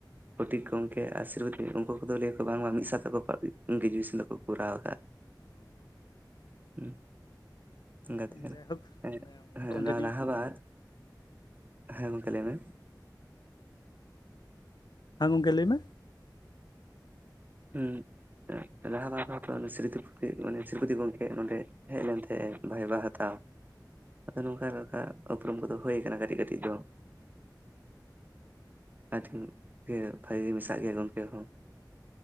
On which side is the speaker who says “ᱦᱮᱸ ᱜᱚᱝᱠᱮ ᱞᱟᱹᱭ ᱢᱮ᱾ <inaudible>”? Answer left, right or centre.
Left